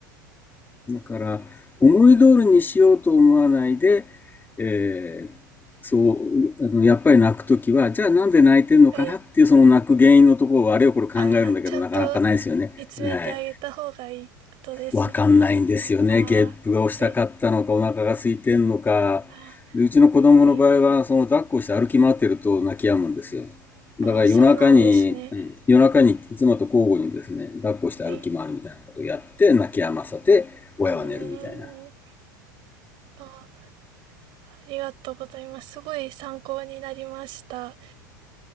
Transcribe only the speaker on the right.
はい。ああ、ちゃんと見つめてあげた方がいいってことですね。
ああ、はい、ああ、
はい。ああ、
そうなんですね。
はい。
うーん。ああ、ありがとうございます。すごい参考になりました。